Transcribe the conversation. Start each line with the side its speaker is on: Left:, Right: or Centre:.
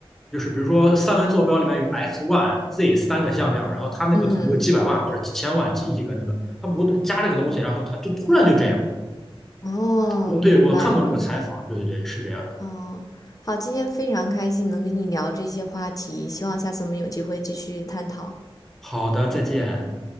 Centre: 就是比如说三维坐标里面有 x、y、z 三个向量，然后它那个可能有几百万或者几千万、
Left: 嗯，
Centre: 几亿个那个。他不加这个东西，然后他就突然就这样。
Left: 哦，
Centre: 我对我看过这个采访，
Left: 明白明白，
Centre: 对对是这样的。
Left: 嗯，好，今天非常开心能跟你聊这些话题，希望下次我们有机会继续探讨。
Centre: 好的，再见。